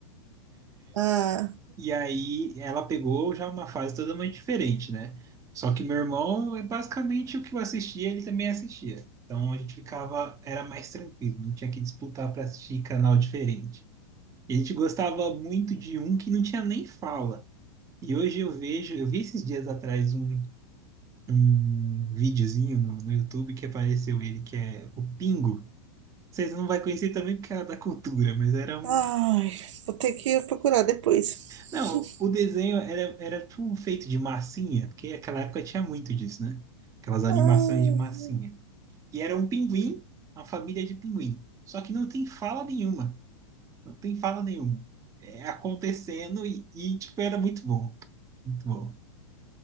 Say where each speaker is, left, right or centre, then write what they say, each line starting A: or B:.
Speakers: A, on the right (about 70°); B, on the right (about 20°).
A: Ah,
B: E aí ela pegou já uma fase totalmente diferente, né? Só que meu irmão, é basicamente o que eu assistia, ele também assistia. Então a gente ficava, era mais tranquilo, não tinha que disputar para assistir canal diferente. E a gente gostava muito de um que não tinha nem fala. E hoje eu vejo, eu vi esses dias atrás um, um videozinho no, no YouTube que apareceu ele, que é o Pingo. Vocês não vai conhecer também porque era da cultura, mas era um
A: ai, vou ter que procurar depois.
B: Não,
A: <laughs>
B: o desenho era, era tudo feito de massinha, porque naquela época tinha muito disso, né? Aquelas animações
A: Ah,
B: de massinha. E era um pinguim, uma família de pinguim. Só que não tem fala nenhuma. Não tem fala nenhuma. É acontecendo e, e, tipo, era muito bom. Muito bom.